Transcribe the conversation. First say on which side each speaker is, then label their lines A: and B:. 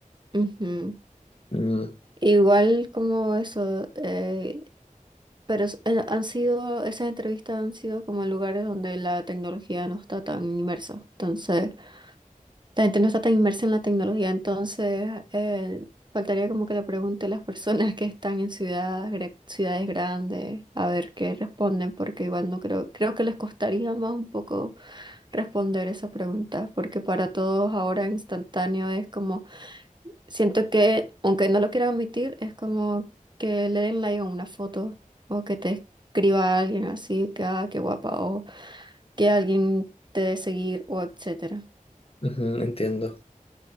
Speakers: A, on the right (about 30°); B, on the left (about 45°).
A: ujú.
B: Mm,
A: Igual como eso, eh, pero s- eh, han sido, esas entrevistas han sido como en lugares donde la tecnología no está tan inmersa. Entonces, la gente no está tan inmersa en la tecnología, entonces eh, faltaría como que le pregunte a las personas <laughs> que están en ciudades, gra- ciudades grandes a ver qué responden, porque igual no creo, creo que les costaría más un poco responder esa pregunta, porque para todos ahora instantáneo es como Siento que, aunque no lo quiera admitir, es como que le den like a una foto o que te escriba alguien así, que ah, qué guapa, o que alguien te dé seguir, o etcétera.
B: ujú, entiendo.